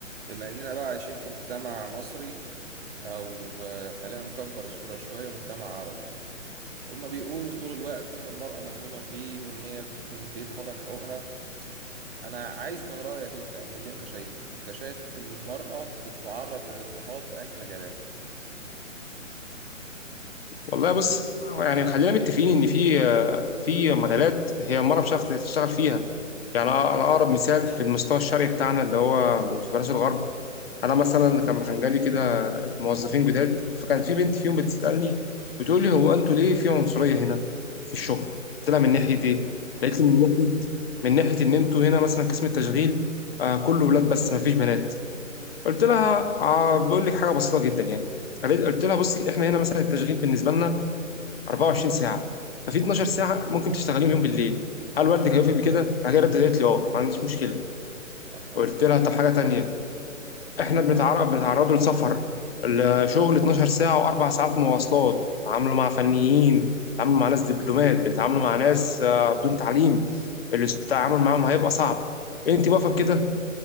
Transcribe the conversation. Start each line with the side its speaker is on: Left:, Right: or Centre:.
Right: بما إننا بقى عايشين في مجتمع مصري أو آه، خلينا نكبر الصورة شوية مجتمع عربي هما بيقولوا طول الوقت إن المرأة مظلومة فيه وإن هي بيتهضم حقوقها أنا عايز من رأيك أنت أو من اللي أنت شايفه أنت شايف المرأة بتتعرض للاضطهاد في أنهي مجالات؟
Left: والله بص يعني خلينا متفقين ان في في مجالات هي المرأة مش عارفة تشتغل فيها يعني انا اقرب مثال في المستوى الشرقي بتاعنا اللي هو مش بلاش الغرب انا مثلا كان كان جالي كده موظفين جداد فكان في بنت فيهم بتسألني بتقول لي هو انتوا ليه في عنصرية هنا في الشغل؟ قلت لها
Right: جميل
Left: من ناحية ايه؟ قالت لي من ناحية من ناحية ان انتوا هنا مثلا قسم التشغيل آه كله ولاد بس مفيش بنات قلت لها آه بقول لك حاجة بسيطة جدا يعني قالت- قلت لها بصي احنا هنا مثلا التشغيل بالنسبة لنا 24 ساعة ففي 12 ساعة ممكن تشتغليهم يوم بالليل هل والدك هيوافق بكده؟ هي ردت قالت لي اه ما عنديش مشكلة
Right: يا نهار
Left: قلت
Right: أبيض
Left: لها طب حاجة تانية احنا بنتعرض بنتعرضوا لسفر الشغل 12 ساعة وأربع ساعات مواصلات بنتعاملوا مع فنيين بنتعاملوا مع ناس دبلومات بنتعاملوا مع ناس آه، بدون تعليم التعامل معاهم هيبقى صعب انت واقفة بكده؟